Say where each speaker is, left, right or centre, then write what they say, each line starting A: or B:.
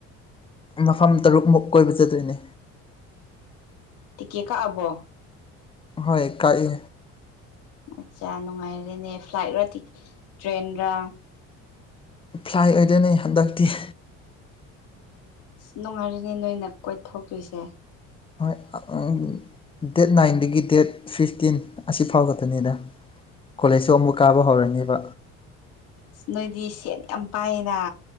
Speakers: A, on the left; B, on the left.
A: ꯃꯐꯝ ꯇꯔꯨꯛꯃꯨꯛ ꯀꯣꯏꯕ ꯆꯠꯇꯣꯏꯅꯦ
B: ꯇꯤꯀꯦꯠ ꯀꯛꯑꯕꯣ
A: ꯍꯣꯏ ꯀꯥꯛꯑꯦ
B: ꯑꯠꯆꯥ ꯅꯨꯡꯉꯥꯏꯔꯦꯅꯦ ꯐ꯭ꯂꯥꯏꯠꯔꯥ ꯇꯤ ꯇ꯭ꯔꯦꯟꯔꯥ
A: ꯐ꯭ꯂꯥꯏ ꯑꯣꯏꯗꯣꯏꯅꯤ ꯍꯟꯗꯛꯇꯤ
B: ꯑꯁ ꯅꯨꯡꯉꯥꯏꯔꯤꯅꯦ ꯅꯣꯏꯅ ꯀꯣꯏꯊꯣꯛꯇꯣꯏꯁꯦ
A: ꯍꯣꯏ ꯎꯝ ꯗꯦꯠ ꯅꯥꯏꯟꯗꯒꯤ ꯗꯦꯠ ꯐꯤꯐꯇꯤꯟ ꯑꯁꯤ ꯐꯥꯎ ꯈꯇꯥꯅꯤꯗ ꯀꯣꯂꯦꯖꯁꯨ ꯑꯃꯨꯛ ꯀꯥꯕ ꯍꯧꯔꯅꯦꯕ
B: ꯅꯣꯏꯗꯤ ꯁꯦꯠ ꯌꯥꯝ ꯄꯥꯏꯌꯦꯅ